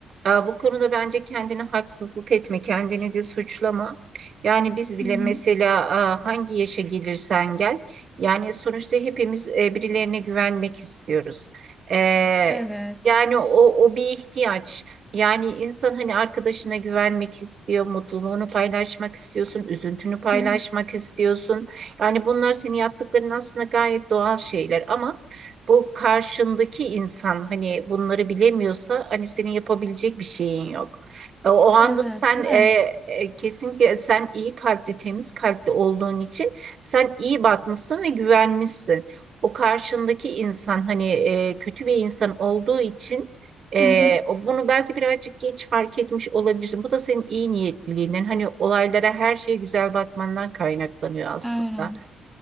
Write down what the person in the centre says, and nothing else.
Hı hı.
Evet.
Hı hı.
Evet,
değil
mi?
Hı hı.
Aynen.